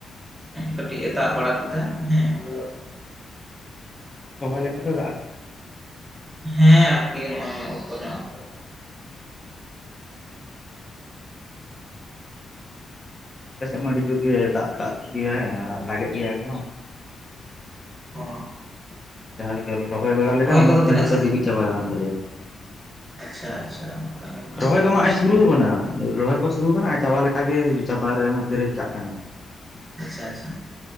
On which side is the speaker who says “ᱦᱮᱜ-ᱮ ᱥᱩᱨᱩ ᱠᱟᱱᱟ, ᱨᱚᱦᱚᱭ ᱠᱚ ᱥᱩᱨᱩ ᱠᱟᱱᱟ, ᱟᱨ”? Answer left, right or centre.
Left